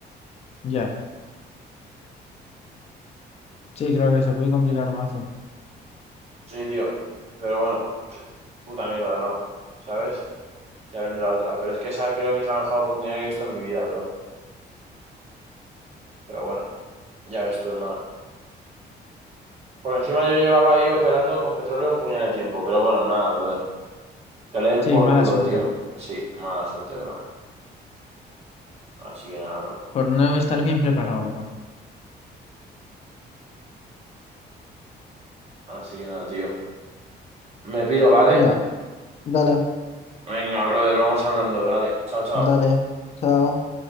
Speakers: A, on the left; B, on the right.
A: Ya. Sí, claro que se puede complicar mazo.
B: Sí, tío. Pero bueno, puta mierda, bro. ¿Sabes? Ya vendrá otra. Pero es que esa creo que es la mejor oportunidad que he visto en mi vida, bro. Pero bueno, ya ves tú, hermano. Por encima yo llevaba ahí operando con petróleo un puñal de tiempo, pero bueno, nada, brother. Que le den
A: Sí,
B: por
A: mala
B: culo,
A: suerte.
B: tío. Sí, mala suerte, bro. Así que nada, bro.
A: Por no estar bien preparado, bro.
B: Así que nada, tío. Me piro, ¿vale?
A: Ya, dale,
B: Venga, brother, vamos hablando. Dale. Chao, chao.
A: dale, chao.